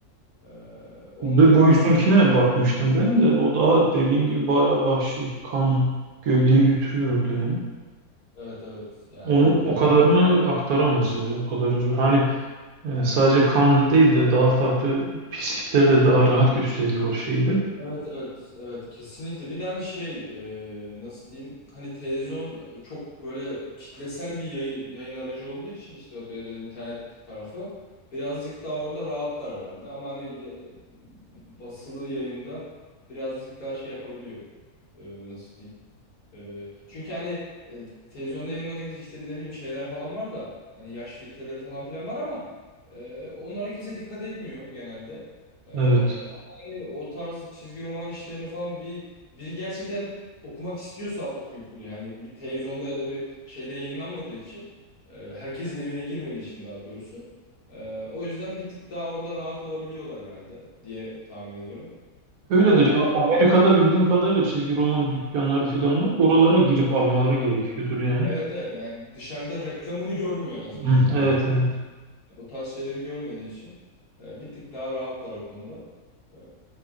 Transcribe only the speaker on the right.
De
Boysun'kine bakmıştım ben de. O daha dediğin gibi bayağı vahşi. Kan gövdeyi götürüyor orada yani.
Onu
o
kadarını aktaramazlar. ya, O kadar zor. Hani e, sadece kan değil de daha farklı pislikler de daha rahat gösteriyor şeyde.
Evet.
Öyledir.
A- Amerika'da bildiğim kadarıyla çizgi roman dükkanları falan var. Oralara girip almaları gerekiyordur yani.
Hı,
evet evet.